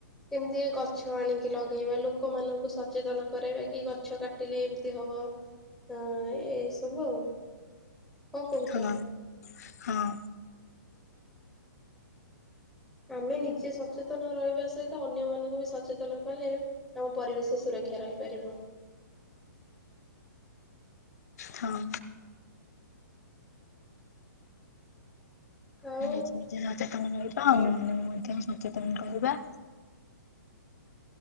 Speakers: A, in the centre; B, on the left.
A: କେମିତି ଗଛ ଆଣିକି ଲଗେଇବା ଲୋ ଲୋକମାନଙ୍କୁ ସଚେତନ କରାଇବା କି ଗଛ କାଟିଲେ ଏମିତି ହବ। ହୁଁ ଉଁ-ଉଁ ଏଇ ସବୁ ଆଉ। କଣ କହୁଛ?
B: ହଁ ହଁ।
A: ଆମେ ନିଜେ ସଚେତନ ରହିବା ସହିତ ଅନ୍ୟ ମାନଙ୍କୁ ବି ସଚେତନ କଲେ ଆମ ପରିବେଶ ସୁର ଅପେକ୍ଷା ରହିପାରିବ।
B: ହଁ
A: ହଉ
B: <unintelligible> ସଚେତନ ରହିବା ଆଉ ମୁଁ ମଧ୍ୟ ସଚେତନ କରିବା।